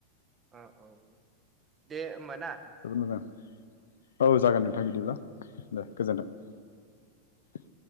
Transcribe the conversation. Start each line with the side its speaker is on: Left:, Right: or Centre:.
Right: ओ औ दे होमबाना।
Left: जोबोद मोजां औ जागोन नोंथां बिदिब्ला। दे गोजोन्थों।